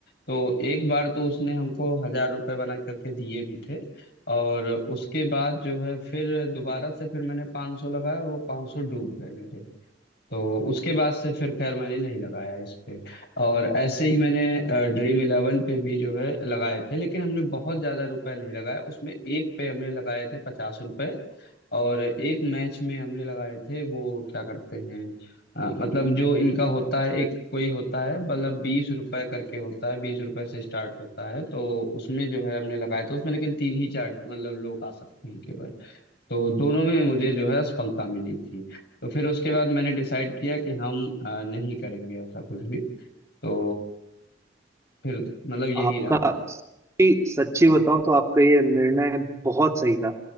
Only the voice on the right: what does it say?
आपका
सच्ची सच्ची बताऊं तो आपका ये निर्णय बहुत सही था